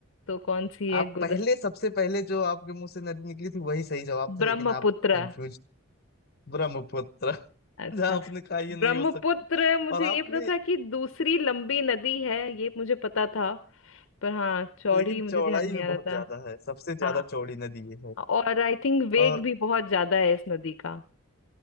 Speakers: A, on the left; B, on the left.
A: तो कौन सी है
B: आप
A: गुद
B: पहले सबसे पहले जो आपके मुंह से नदी निकली थी वही सही जवाब था
A: ब्रह्मपुत्र
B: लेकिन आप कंफ्यूज ब्रह्मपुत्र <laughs>
A: अच्छा
B: जहाँ आपने कहा ये
A: ब्रह्मपुत्र
B: नहीं हो सकता
A: मुझे
B: और आपने
A: ये पता था कि दूसरी लंबी नदी है ये मुझे पता था पर हाँ चौड़ी
B: लेकिन
A: मुझे
B: चौड़ाई
A: ध्यान नहीं
B: में
A: आ
B: बहुत
A: रहा था
B: ज्यादा है सबसे ज्यादा
A: हाँ
B: चौड़ी नदी ये है
A: और आई थिंक वेग
B: और
A: भी बहुत ज्यादा है इस नदी का